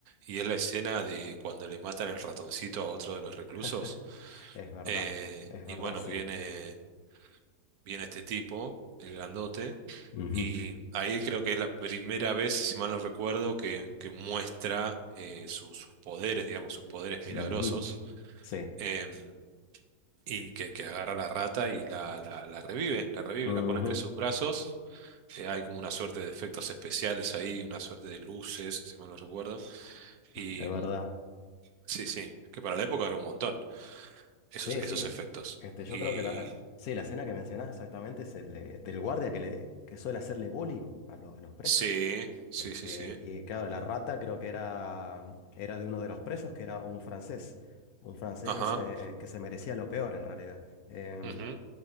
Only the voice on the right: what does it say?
Y es la escena de cuando le matan el ratoncito a otro de los reclusos.
Eh,
y
bueno,
viene, viene este tipo, el grandote.
Y ahí creo que es la primera vez, si mal no recuerdo, que, que muestra eh, su- sus poderes, digamos, sus poderes milagrosos,
em, y que, que agarra a la rata y la, la, la revive, la revive,
la pone entre sus brazos. Eh, hay como una suerte de efectos especiales ahí, una suerte de luces, si mal no recuerdo. Y
sí, sí, que para la época era un montón, esos,
esos
efectos.
Y
sí, sí,
sí, sí.
Ajá.
ujú,